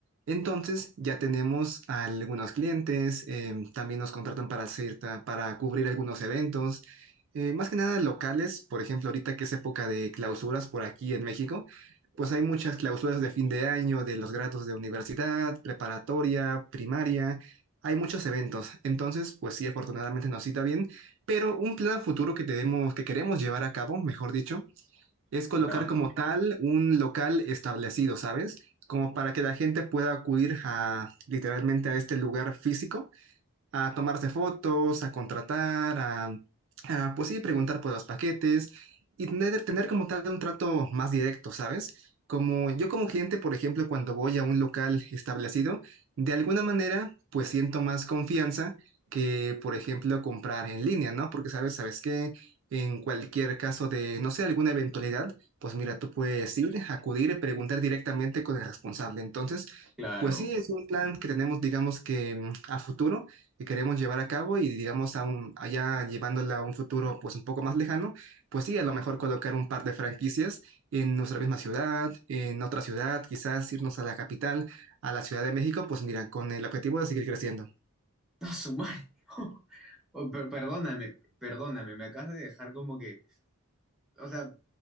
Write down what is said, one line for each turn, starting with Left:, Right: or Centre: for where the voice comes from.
Right: Entonces ya tenemos a algunos clientes, eh, también nos contratan para, cierta, para cubrir algunos eventos, eh, más que nada locales, por ejemplo, ahorita que es época de clausuras por aquí en México, pues hay muchas clausuras de fin de año, de los grados de universidad, preparatoria, primaria, hay muchos eventos. Entonces, pues sí, afortunadamente nos cita bien pero un plan a futuro que tenemos, que queremos llevar a cabo, mejor dicho, es colocar
Centre: ¿ya?
Right: como tal un local establecido, ¿sabes? Como para que la gente pueda acudir a literalmente a este lugar físico a tomarse fotos, a contratar, a, a, pues sí, preguntar por los paquetes y tener, tener como tal un trato más directo, ¿sabes? Como yo como cliente, por ejemplo, cuando voy a un local establecido, de alguna manera, pues siento más confianza que, por ejemplo, comprar en línea, ¿no? Porque, ¿sabes? ¿Sabes qué? En cualquier caso de, no sé, alguna eventualidad, pues mira, tú puedes ir, acudir y preguntar directamente con el responsable. Entonces,
Centre: Claro.
Right: pues sí, es un plan que tenemos, digamos que mm, a futuro que queremos llevar a cabo y digamos a un- allá llevándola a un futuro pues un poco más lejano, pues sí, a lo mejor colocar un par de franquicias en nuestra misma ciudad, en otra ciudad, quizás irnos a la capital, a la Ciudad de México, pues mira, con el objetivo de seguir creciendo.
Centre: No, su madre. <laughs> Oh, per- perdóname, perdóname, me acabas de dejar como que, o sea,